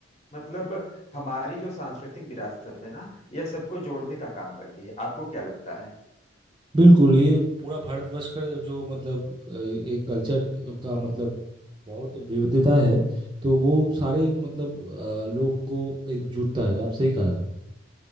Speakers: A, on the left; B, on the right.
A: मतलब हमारी जो सांस्कृतिक विरासत है ना यह सबको जोड़ने का काम करती है आपको क्या लगता है
B: बिल्कुल ये पूरा भारतवर्ष का जो मतलब अ, एक कल्चर का मतलब बहुत विविधता है तो वो सारे मतलब अ, लोग को एकजुटता है आप सही कहा